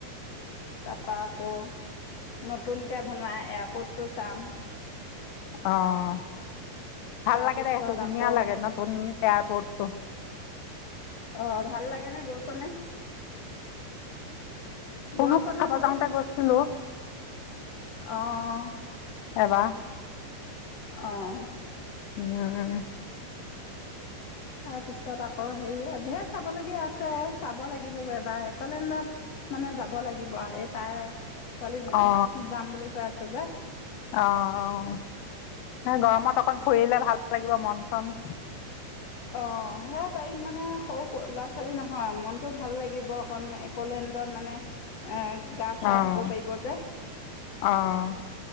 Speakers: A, on the left; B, on the left.
A: তাৰপৰা আকৌ নতুনকৈ বনোৱা এয়াৰপৰ্টটো চাম।
B: অঁ ভাল
A: তাৰপিছত
B: লাগে দে, সেইটো ধুনীয়া
A: আকৌ
B: লাগে নতুন এয়াৰপৰ্টটো।
A: অঁ ভাল লাগে নে গৈছ নে?
B: চুনুক
A: গইছ নে
B: চাব
A: বোলো,
B: যাওঁতে গৈছিলোঁ
A: অঁহ।
B: চাবা।
A: অঁ।
B: উম।
A: তাৰ পিছত আকৌ হেৰি ধেৰ চাবলগীয়া আছে, চাব লাগিব এবাৰ একলেণ্ডত মানে যাব লাগিব আও, সেই তাই পোৱালি
B: অঁ অঁ
A: যাম বুলি কৈ আছে যে।
B: অঁ হে গৰমত অকণ ফুৰিলে ভাল লাগিব মন চন।
A: অঁ সেয়া তাইক মানে সৰু ল'ৰা ছোৱালী নহয়, মনতটো ভাল লাগিব অকণ অকলেণ্ডত মানে এ গা চা
B: অ',
A: ধুব পাৰিব যে।
B: অ',